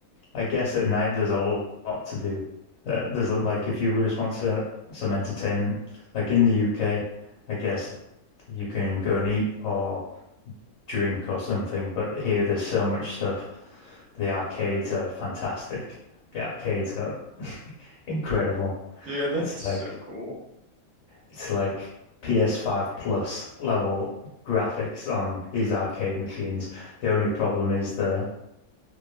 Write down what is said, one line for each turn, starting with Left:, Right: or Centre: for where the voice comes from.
Left: I guess at night there's a lot to do. There- There's like if you just want some some entertainment, like in the UK, I guess you can go and eat or drink or something, but here there's so much stuff. The arcades are fantastic. The arcades are incredible.
Right: Yeah, that's
Left: It's
Right: so
Left: like
Right: cool.
Left: it's like PS5 plus level graphics on these arcade machines. The only problem is the